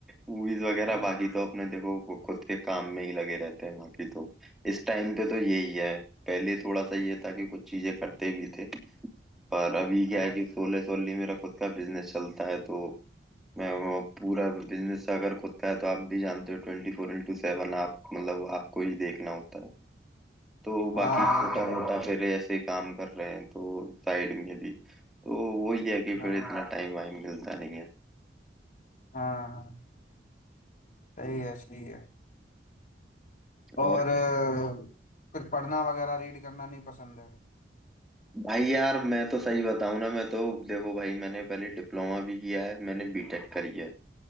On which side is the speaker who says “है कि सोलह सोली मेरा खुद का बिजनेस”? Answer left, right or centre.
Centre